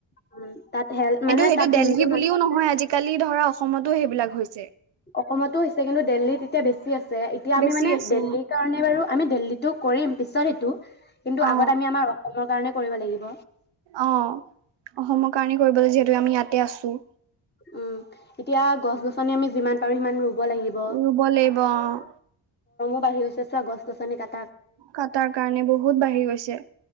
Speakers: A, on the left (about 20°); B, on the right (about 60°).
A: উম, তাত হেল্থ
B: সেইটো
A: মানে
B: সেইটো
A: তাত
B: দেলহি
A: যোনটো মানুহ
B: বুলিও
A: আছে।
B: নহয় আজিকালি ধৰা অসমতো সেইবিলাক হৈছে।
A: অসমতো হৈছে, কিন্তু দেল্লীত এতিয়া বেছি আছে, এতিয়া
B: বেছি
A: আমি মানে
B: আছে
A: দেল্লীৰ কাৰণে বাৰু আমি দেল্লীত টো কৰিম পিছত সেইটো। কিন্তু,
B: অ অ
A: আগত আমি আমাৰ অসমৰ কাৰণে কৰিব লাগিব।
B: অ অসমৰ কাৰণে কৰিব লাগে। যিহেতু, আমি ইয়াতে আছোঁ।
A: উম, এতিয়া গছ-গছনি আমি যিমান পাৰো সিমান ৰুব লাগিব।
B: ৰুব লাগিব, অ'।
A: <unintelligible>
B: কাটাৰ কাৰণে বহুত বাঢ়ি গৈছে।